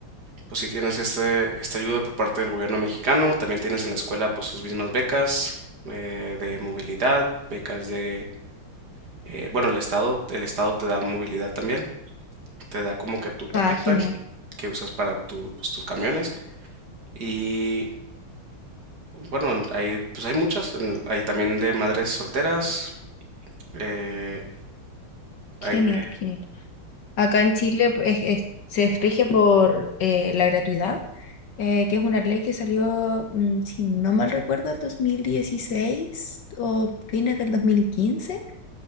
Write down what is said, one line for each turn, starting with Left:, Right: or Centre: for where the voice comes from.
Right: pues si tienes este esta ayuda por parte del gobierno mexicano, también tienes en la escuela pues sus mismas becas eh, de movilidad, becas de eh, bueno, el estado el estado te da movilidad también te da como que tu tarjeta
Left: Ah, genial,
Right: que usas para tu, pues, tus camiones. Y bueno, en- hay, pues hay muchas. en- Hay también de madres solteras. eh, hay
Left: genial,
Right: de...
Left: genial. Acá en Chile pues, es- se rige por eh, la gratuidad, eh, que es una ley que salió, mm, si no mal recuerdo, el 2016 o fines del 2015